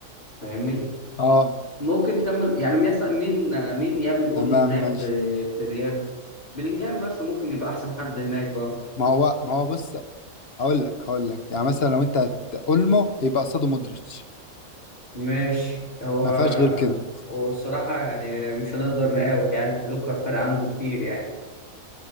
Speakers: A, on the left; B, on the left.
A: فاهمني
B: اه
A: ممكن تكمل يعني مثلا مين آه، مين يقابل اولمو
B: تمام
A: هناك
B: ماشي
A: في في الريال بلينجهام مثلا ممكن يبقى احسن حد هناك اه
B: ما هو ما هو بص هقول لك هقول لك يعني مثلا لو انت هت- اولمو يبقى قصاده مودريتش
A: ماشي هو
B: ما فيهاش غير كده
A: هو الصراحة يعني مش هنقدر نقاوح يعني لوكا فرق عنه بكتير يعني